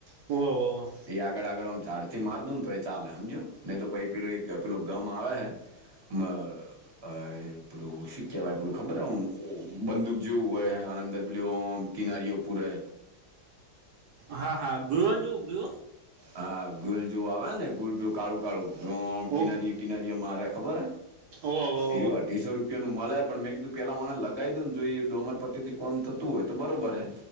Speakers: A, on the right; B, on the right.
A: વાહ વાહ વાહ.
B: એ આગળ આગળમ ચાડ થી માર દઉ ને તો એ ચાલે સમજો નહી તો પછ પેલું એક પેલું ગમ આવે હે. મા અ પેલું શું કહેવાય પહેલું ખબર આમ બૂ બંદૂક જેવું હોય આ આનંદર પે યોમ કનારિઓ પુરે.
A: હા હા <unintelligible>
B: હા ગુલ જેવું આવે ને ગુલ કાળું કાળું આમ કિનારી.
A: ઓ
B: ગિનારીએ મારેે ખબર
A: ઓ હો.
B: એવ અઢીસો રૂપિયા નું મળે પણ મેં કીધું પેલા મને લગાવી દઉને જો એ અમર પટ્ટીથી કોમ તું હોય તો બરોબર હૈ.